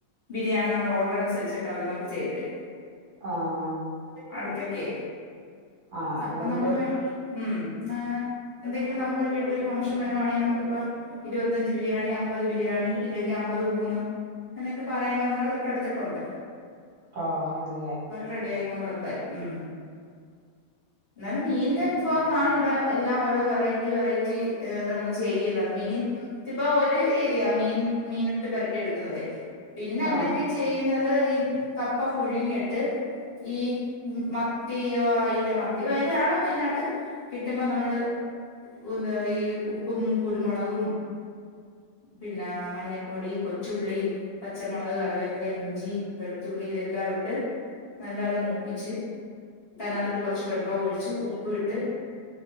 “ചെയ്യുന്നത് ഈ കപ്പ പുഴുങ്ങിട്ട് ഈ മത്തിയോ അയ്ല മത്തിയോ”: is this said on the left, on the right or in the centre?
Left